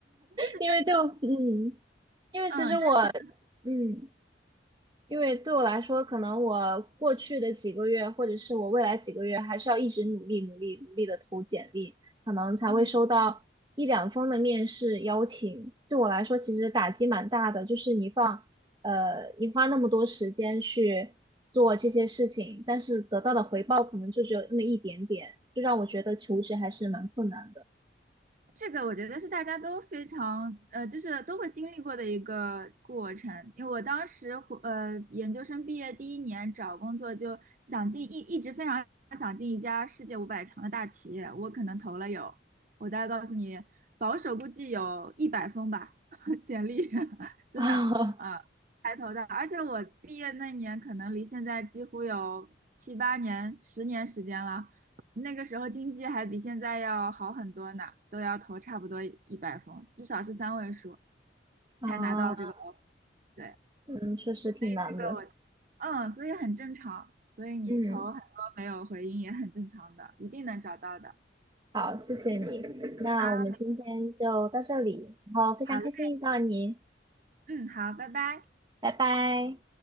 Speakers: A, on the right; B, on the right.
A: 这是真，
B: 因为对我，嗯，因为其实我
A: 嗯，真实的。
B: 嗯，因为对我来说，可能我过去的几个月，或者是我未来几个月，还是要一直努力、努力、努力的投简历，可能才会收到一两封的面试邀请。
A: 嗯。
B: 对我来说，其实打击蛮大的，就是你放呃，你花那么多时间去做这些事情，但是得到的回报可能就只有那么一点点，就让我觉得求职还是蛮困难的
A: 这个我觉得是大家都非常呃，就是都会经历过的一个过程。因为我当时回呃研究生毕业第一年找工作，就想进一一直非常想进一家世界五百强的大企业。我可能投了有，我大概告诉你，保守估计有一百封吧，<laughs> 简历，<laughs> 真的啊，
B: <laughs> 啊
A: 才投的。而且我毕业那年可能离现在几乎有七八年、十年时间了。那个时候经济还比现在要好很多呢，都要投差不多一百封，至少是三位数
B: 啊，
A: 才拿到这个 offer。对，
B: 嗯，确实挺难的。
A: 这个我，嗯，所以很正常，所以你投很多没有回音也很正常的，
B: 嗯，
A: 一定能找到的
B: 好，谢谢你。那我们今天就到这里，
A: 啊。没
B: 然后非常开心遇到你，
A: 好嘞，嗯，好，拜拜。
B: 拜拜。